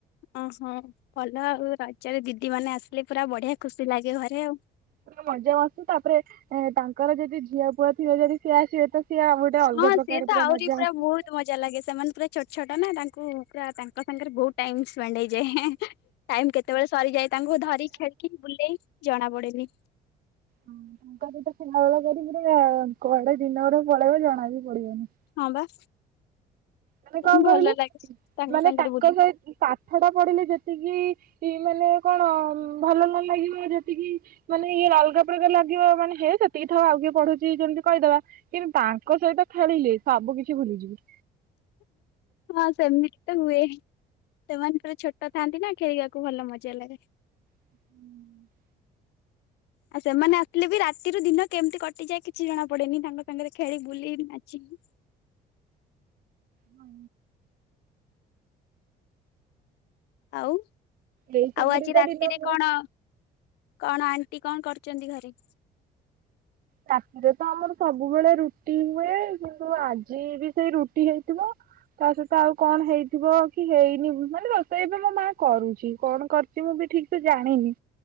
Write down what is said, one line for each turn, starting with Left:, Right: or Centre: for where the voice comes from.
Left: ଓହୋ ଭଲ ଆଉ ରଜରେ ଦିଦି ମାନେ ଆସିଲେ ପୁରା ବଢ଼ିଆ ଖୁସି ଲାଗେ ଘରେ ଆଉ।
Right: ପୁର ମଜା ମସ୍ତି ତାପରେ ତାଙ୍କର ଯଦି ଝିଅ ପୁଅ ଥିଲେ ଯଦି ସିଏ ଆସିବେ ତ ସେ ଆଉ ଗୋଟେ ଅଲଗା
Left: ହଁ
Right: ପ୍ରକାର
Left: ସିଏ
Right: ପୁରା
Left: ଆହୁରି
Right: ମଜା ଆସି।
Left: ବହୁତ ତ ମଜା ଲାଗେ ସେମାନେ ପୁରା ଛୋଟ ଛୋଟ ନା ତାଙ୍କୁ ପୁରା ତାଙ୍କ ସାଙ୍ଗରେ ବହୁତ ଟାଇମ୍ ସ୍ପେଣ୍ଡ ହେଇଯାଏ। ଟାଇମ କେତେବେଳେ ସରିଯାଏ ତାଙ୍କୁ ଧରିିକି ଖେଳିକି ବୁଲେଇ ଜଣା ପଡ଼େନି।
Right: ହ ତାଙ୍କ ସହିତ ଖେଳାବେଳ କରି ପୁର କୁଆଡ଼େ ଦିନ ଗୁଡା ପଳେଇବ ଜଣା ବି ପଡି଼ବନି।
Left: ହଁ ବା।
Right: ମାନେ କଣ
Left: ଭଲ
Right: କହିଲୁ
Left: ଲାଗେ
Right: ମାନେ
Left: ସାଙ୍ଗରେ
Right: ତାଙ୍କ ସହିତ ପାକ ପାଠ ଟା ପଢ଼ିଲେ ଯେତିକି ମାନେ କଣ ଭଲ ନ ଲାଗିବ ଯେତିକି ମାନେ ଇଏ ଅଲଗା ପ୍ରକାର ଲାଗିବ ମାନେ ହେ ସେତିକି ଥଉ ଆଉ କିଏ ପଢ଼ୁଛି ଯେମିତି କହିଦବା କିନ୍ତୁ ତାଙ୍କ ସହିତ ଖେଳିଲେ ସବୁ କିଛି ଭୁଲିଯିବି।
Left: ହଁ ସେମିତ ହୁଏ। ସେମାନେ ପୁରା ଛୋଟ ଥାଆନ୍ତି ନା ଖେଳିବାକୁ ଭଲ ମଜା ଲାଗେ।
Right: ହୁଁ।
Left: ଆଉ ସେମାନେ ଆସିଲେ ବି ରାତିରୁ ଦିନ କେମିତି କଟିଯାଏ କିଛି ଜଣା ପଡ଼େନି ତାଙ୍କ ସାଙ୍ଗରେ ଖେଳି ବୁଲି ନାଚିକି।
Right: ହଁ।
Left: ଆଉ,
Right: ଏଇ ସବୁରେ
Left: ଆଉ ଆଜି
Right: ତ
Left: ରାତିରେ
Right: ଦିନ ମୋର
Left: କଣ? କଣ ଆଣ୍ଟି କଣ କରୁଛନ୍ତି ଘରେ?
Right: ରାତିରେ ତ ଆମର ସବୁବେଳେ ରୁଟି ହୁଏ, କିନ୍ତୁ ଆଜି ବି ସେଇ ରୁଟି ହେଇଥିବ। ତା ସହିତ ଆଉ କଣ ହେଇଥିବ କି ହେଇନି ମାନେ ରୋଷେଇ ଏବେ ମୋ ମା କରୁଛି। କଣ କର ମୁଁ ବି ଠିକ୍ ସେ ଜାଣିନି।